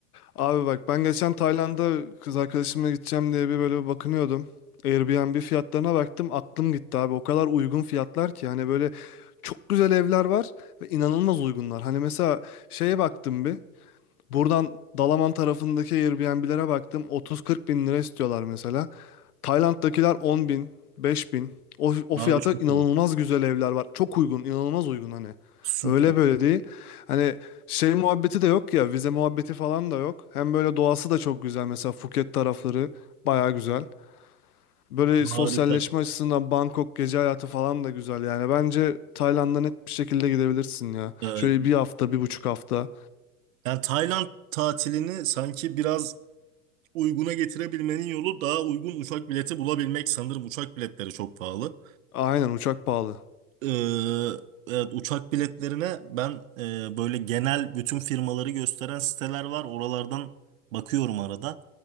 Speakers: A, on the left (about 75°); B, on the right (about 60°).
A: Abi bak ben geçen Tayland'a kız arkadaşımla gideceğim diye bir böyle bakınıyordum. Airbnb fiyatlarına baktım aklım gitti abi o kadar uygun fiyatlar ki hani böyle çok güzel evler var ve inanılmaz uygunlar. Hani mesela şeye baktım bir. Buradan Dalaman tarafındaki Airbnb'lere baktım. 30-40 bin lira istiyorlar mesela. Tayland'dakiler 10 bin, 5 bin. O, o
B: Abi
A: fiyata
B: çok
A: inanılmaz
B: iyi.
A: güzel evler var. Çok uygun, inanılmaz uygun hani.
B: Süper.
A: Öyle böyle değil. Hani şey muhabbeti de yok ya, vize muhabbeti falan da yok. Hem böyle doğası da çok güzel. Mesela Phuket tarafları baya güzel. Böyle sosyalleşme
B: Harika.
A: açısından Bangkok gece hayatı falan da güzel yani. Bence Tayland'a net bir şekilde gidebilirsin ya.
B: E,
A: Şöyle bir hafta, bir buçuk hafta.
B: yani Tayland tatilini sanki biraz uyguna getirebilmenin yolu daha uygun uçak bileti bulabilmek. Sanırım uçak biletleri çok pahalı.
A: Aynen uçak pahalı.
B: Ee, evet uçak biletlerine ben e, böyle genel bütün firmaları gösteren siteler var. Oralardan bakıyorum arada.